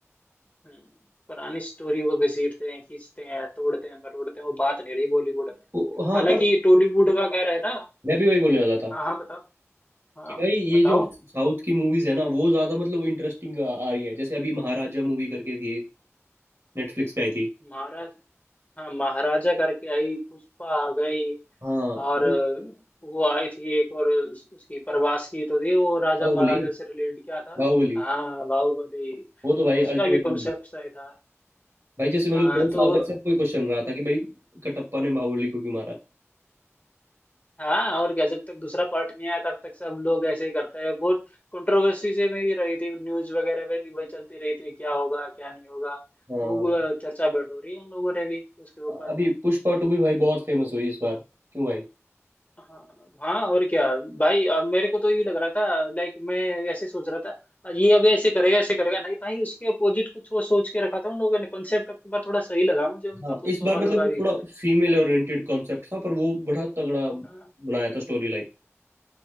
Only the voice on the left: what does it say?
हम्म, पुरानी स्टोरियों को घसीटते हैं खींचते हैं तोड़ते हैं मरोड़ते हैं वो बात नहीं रही बॉलीवुड में
हालांकि
टॉलीवुड वगैरह है ना
हाँ हाँ बताओ हाँ
बताओ
महाराज हाँ महाराजा करके आई पुष्पा आ गई
और
अ, वो आई थी एक और उस- उसकी प्रवास की तो थी वो राजा
महाराजा से रिलेटेड क्या था
हाँ बाहुबली
उसका
भी कॉन्सेप्ट सही था
हाँ
तो
हाँ और क्या जब तक दूसरा पार्ट नहीं आया तब तक सब लोग ऐसे ही करते हैं बहुत कंट्रोवर्सी से मेरी रही थी न्यूज वगैरह में भी वही चलती रही थी क्या होगा क्या नहीं होगा
खूब अ, चर्चा बैठ हो रही है उन लोगों ने भी उसके ऊपर
हाँ हाँ और क्या भाई अब मेरे को तो ये लग रहा था लाइक मैं ऐसे सोच रहा था ये अभी ऐसे करेगा ऐसे करेगा नहीं भाई उसके अपोजिट कुछ वो सोच के रखा था उन लोगों ने कॉन्सेप्ट अब की बार थोड़ा सही लगा मुझे उनका
पुष्पा
वालों
का भी
हाँ,